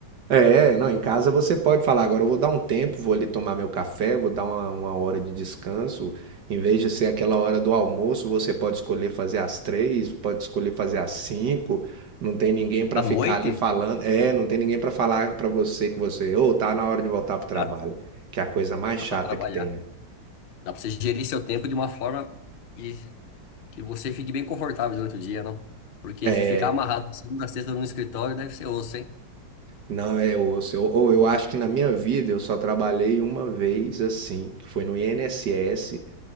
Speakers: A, on the right; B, on the left.
A: É, não, em casa você pode falar, agora eu vou dar um tempo, vou ali tomar meu café, vou dar uma, uma hora de descanso. Em vez de ser aquela hora do almoço, você pode escolher fazer às três, pode escolher fazer às cinco. Não tem ninguém para
B: à
A: ficar
B: noite,
A: ali falando. É, não tem ninguém para falar para você que você, ô, tá na hora de voltar pro
B: exato,
A: trabalho. Que é a coisa mais
B: dá
A: chata
B: para trabalhar.
A: que tem, né?
B: Dá para você gerir seu tempo de uma forma que Que você fique bem confortável durante o dia, não? Porque
A: É,
B: se ficar amarrado de segunda a sexta no escritório deve ser osso, hein?
A: Não, é osso. Eu, ou eu acho que na minha vida eu só trabalhei uma vez assim, que foi no INSS,